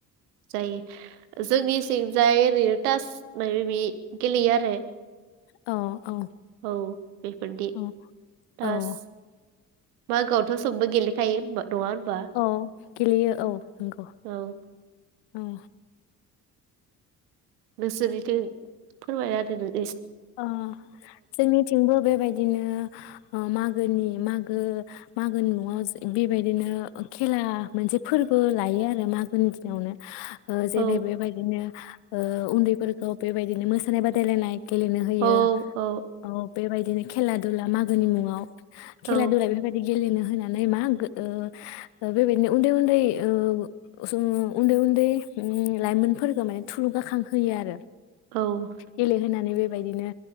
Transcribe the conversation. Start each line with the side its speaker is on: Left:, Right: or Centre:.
Right: जायो जोंनि थिंजाय रे टास मायो बे गेलेयो आरो।
Left: औ औ
Right: औ बेफोरदि
Left: औ
Right: थास
Left: औ
Right: मागोआवथ सबबो गेलेखायो होमबा नङा होनबा
Left: औ गेलेयो औ नंगौ।
Right: औ
Left: औ
Right: नोंसोरनिखो फोरमाय आरो नों।
Left: अ जोंनिथिंबो बेबायदिनो ओ मागोनि मागो मागोनि मुंआव बेबायदिनो खेला मोनसे फोरबो लायो आरो मागोनि दिनावनो। ओ जेरै
Right: औ
Left: बेबायदिनो ओ उन्दै फोरखौ बेबायदिनो मोसानाय बादायलायनाय गेलेनो होयो
Right: औ औ
Left: औ बेबायदिनो खेला अब्ला मागोनि मुङाव
Right: औ
Left: खेला दुला बेफोरबायदि गेलेनो होनानै मा ओ बेबायदिनो उन्दै -उन्दै ओ जों उन्दै- उन्दै उम लाइमोनफोरखौ माने थुलुंगाखांहोयो आरो।
Right: औ
Left: गेलेहोनानै बेबायदिनो